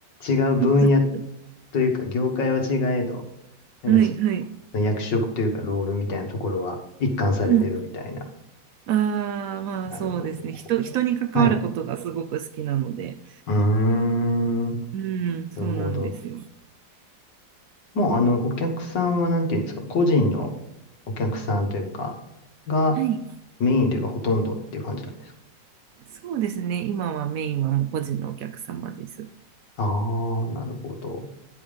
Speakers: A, on the left; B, on the right.
A: 違う分野
B: す。
A: というか、業界は違えど、なんかし、
B: はい、はい。
A: 役職というか、ロールみたいなところは一貫されてるみたいな。
B: うんああ、まあそうですね。
A: なるほど。
B: 人、人に関わることがすごく好きなので。
A: はい。うーん。な
B: うん、そうなんですよ。
A: るほど。もう、あの、お客さんは、なんていうんですか、個人のお客さんというか、が
B: はい。
A: メインというか、ほとんどっていう感じなんです。
B: そうですね。今はメインはもう個人のお客様です。
A: ああ、なるほど。